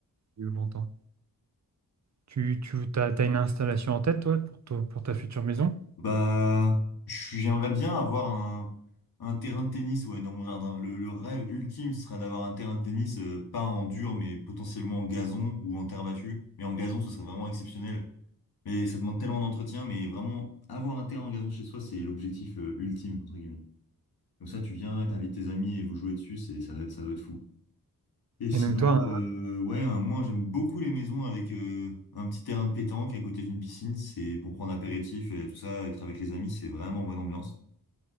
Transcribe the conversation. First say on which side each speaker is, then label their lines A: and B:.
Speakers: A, on the right; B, on the left.
A: plus longtemps. Tu, tu t'as, t'as une installation en tête, toi, pour, toi- pour ta future maison?
B: Bah, je- j'aimerais bien avoir un, un terrain de tennis, ouais, dans mon jardin. Le, le rêve ultime ce serait d'avoir un terrain de tennis, euh, pas en dur, mais potentiellement en gazon ou en terre battue. Mais en gazon, ce serait vraiment exceptionnel. Mais ça demande tellement d'entretien, mais vraiment, avoir un terrain en gazon chez soi, c'est l'objectif, euh, ultime, entre guillemets. Comme ça, tu viens, t'invites tes amis et vous jouez dessus, c'est, ça doit être, ça doit être fou. Et sinon,
A: Et donc toi,
B: euh, ouais, un- moi j'aime beaucoup les maisons avec euh, un petit terrain de pétanque à côté d'une piscine. C'est pour prendre apéritif et tout ça, être avec les amis, c'est vraiment bonne ambiance.